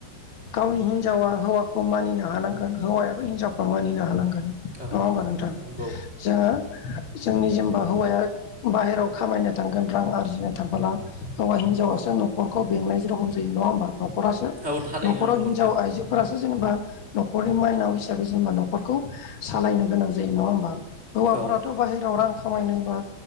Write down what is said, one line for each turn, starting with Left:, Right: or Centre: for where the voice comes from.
Left: गाव गावनि हिनजावा हौवाखौ मानिनो हानांगोन हौवायाबो हिनजावखौ मानिनो हानांगोन
Right: औ
Left: नङा होमबा नोंथां
Right: नंगौ
Left: जोङो जोंनि जेनेबा हौवाया बाहेराव खामायनो थांगोन रां आरजिनो थांबोला हौवा हिनजावासो
Right: औ
Left: नखरखौ बेंनाय जेरखम जायो नङा होमबा नखरासो
Right: औ थारैनो
Left: नखराव
Right: नंगौ
Left: हिनजाव
Right: नोंथां
Left: आइजोफोरा जेनेबा नखरनि माइनाव हिसाबै जेनेबा नखरखौ सालायनो गोनां जायो नङा होमबा? हौवाफोराथ
Right: औ
Left: बाहेरायाव रां खामायनोबा